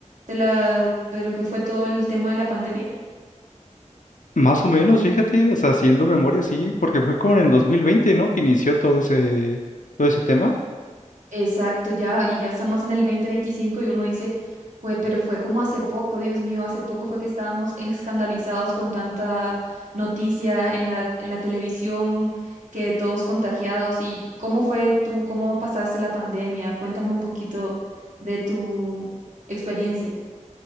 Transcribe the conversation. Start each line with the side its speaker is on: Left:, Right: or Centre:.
Right: de la, de lo que fue todo el tema de la pandemia.
Left: Más o menos, fíjate, o sea, haciendo memoria, sí, porque fue como en el 2020, ¿no? Que inició todo ese, todo ese tema.
Right: Exacto, ya, y ya estamos en el 2025 y uno dice, fue, pero fue como hace poco, Dios mío, hace poco fue que estábamos escandalizados con tanta noticia en la, en la televisión, que todos contagiados. ¿Y cómo fue tú, cómo pasaste la pandemia? Cuéntame un poquito de tu experiencia.